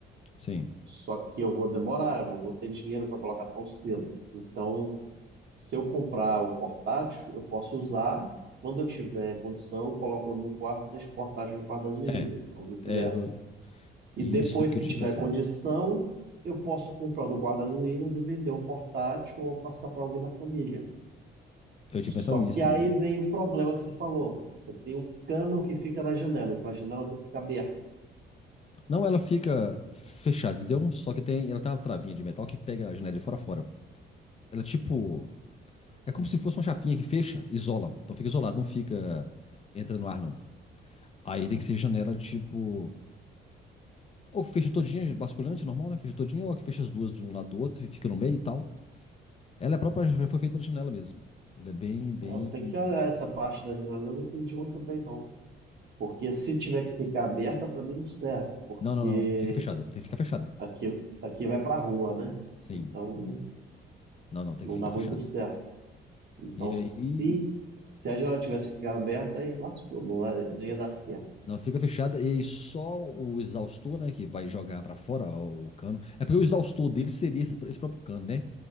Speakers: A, on the left; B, on the right.
A: sim.
B: Só que eu vou demorar, eu não vou ter dinheiro para colocar tão cedo. Então, se eu comprar o portátil, eu posso usar quando eu tiver condição, eu coloco no meu quarto, e deixo o portátil no quarto das meninas,
A: É,
B: ou vice-versa.
A: é eu-
B: E
A: isso
B: depois
A: que
B: que
A: eu tinha
B: tiver
A: pensado.
B: condição, eu posso comprar do guarda das meninas e vender o portátil ou passar para alguém da família.
A: Eu
B: Só
A: tinha pensado nisso
B: que
A: também.
B: aí vem o problema que você falou. Você tem um cano que fica na janela, então a janela tem que ficar aberta.
A: Não, ela fica fechada, entendeu? Só que tem, ela tem uma travinha de metal que pega a janela de fora a fora. Ela é tipo. É como se fosse uma chapinha que fecha, isola. Então fica isolado, não fica. Entra no ar, não. Aí tem que ser janela tipo. Ou fecha todinha, basculante, normal, né? Fecha todinha, ou que fecha as duas de um lado do outro e fica no meio e tal. Ela é própria, já foi feita pra janela mesmo. Ela é bem, bem.
B: Eu tenho
A: hum.
B: que olhar essa parte da janela, eu não entendi muito bem, não. Porque se tiver que ficar aberta, para mim não serve, porque
A: Não, não, não. Fica fechada. Tem que ficar fechada.
B: aqui, aqui vai para a rua, né?
A: Sim.
B: Então
A: Não, não, tem
B: não
A: que ficar
B: dá muito
A: fechada.
B: certo. Então
A: E aí
B: se, se a janela tivesse que ficar aberta, aí lascou, não, não ia dar certo.
A: Não, fica fechada e aí só o exaustor, né, que vai jogar pra fora o, o cano. É porque o exaustor dele seria esse, esse próprio cano, né?